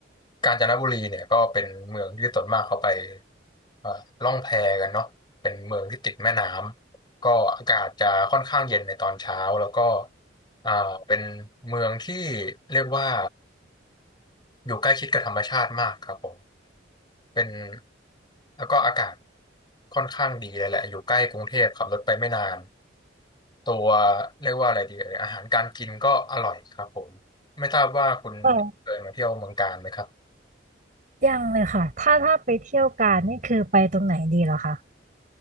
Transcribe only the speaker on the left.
กาญจนบุรีเนี่ยก็เป็นเมืองที่ส่วนมากเขาไปเอ่อล่องแพกันเนาะเป็นเมืองที่ติดแม่น้ำก็อากาศจะค่อนข้างเย็นในตอนเช้าแล้วก็อ่าเป็นเมืองที่เรียกว่าอยู่ใกล้ชิดกับธรรมชาติมากครับผม เป็นแล้วก็อากาศค่อนข้างดีเลยแหละอยู่ใกล้กรุงเทพขับรถไปไม่นานตัวเรียกว่าอะไรดีเอ่ยอาหารการกินก็อร่อยครับผมไม่ทราบว่าคุณเคยมาเที่ยวเมืองกาญไหมครับ